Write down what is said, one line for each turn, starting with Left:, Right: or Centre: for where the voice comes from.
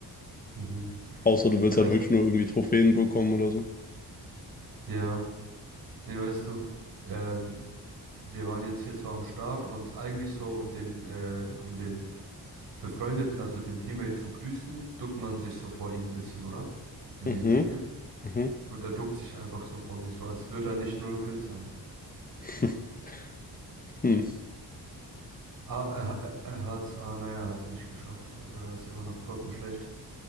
Right: mhm.
Left: Außer du
Right: Ja,
Left: willst halt
Right: weißt,
Left: wirklich nur irgendwie Trophäen bekommen oder so.
Right: ja, nee, weißt du, ähm, wir waren jetzt hier so am Start und eigentlich so, um den, äh, um den Befreundeten, also den Teammate zu grüßen, duckt man sich so vor ihm ein bisschen, oder? In
Left: Mhm,
Right: dem Spiel.
Left: mhm.
Right: Und er duckt sich einfach so vor mir, so als würde er nicht null Kills haben.
Left: <laughs> Hm.
Right: Ah, er, er, er hat's, ah nein, er hat's nicht geschafft. Also er ist immer noch grottenschlecht.